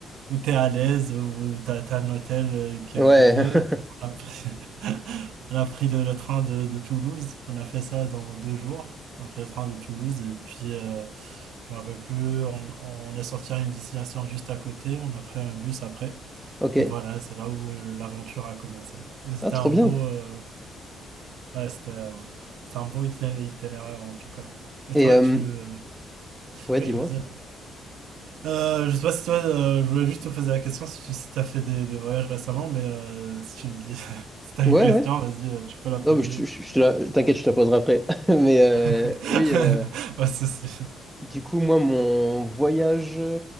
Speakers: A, on the right; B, in the centre.
A: où t'es à l'aise, où t'as, t'as un hôtel euh, qui
B: Ouais.
A: est à côté.
B: <laughs>
A: En fait, on a pris, <laughs> on a pris le, le train de, de Toulouse. On a fait ça dans deux jours. On a pris le train de Toulouse et puis euh, je me rappelle plus. On, on est sorti à une destination juste à côté. On a pris un bus après.
B: Ok.
A: Et voilà, c'est là où euh, l'aventure a commencé. Mais C'était
B: Ah, trop
A: un
B: bien.
A: beau, euh, ouais, c'était, euh, c'était un beau itiné- itinéraire en tout cas. Et
B: Et,
A: toi,
B: euh,
A: tu, euh,
B: ouais,
A: oui,
B: dis-moi.
A: vas-y. Euh, je sais pas si toi, euh, je voulais juste te poser la question si tu si t'as fait des, des voyages récemment, mais euh, si tu me dis, <laughs> si t'as
B: Ouais,
A: une question,
B: ouais.
A: vas-y, euh, tu peux la poser.
B: Non, mais je, te- je, je te la- t'inquiète, je te la poserai après. <laughs> Mais euh,
A: <laughs>
B: oui, euh,
A: Pas de souci.
B: du coup, moi, mon voyage...